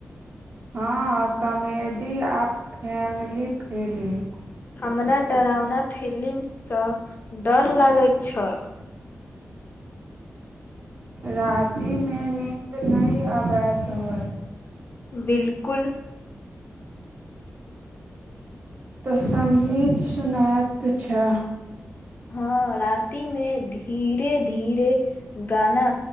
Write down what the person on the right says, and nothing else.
हँ कॉमेडी आ फैमिली फिल्म
रातिमे नीन्द नहि अबैत होय
तऽ सङ्गीत सुनात छै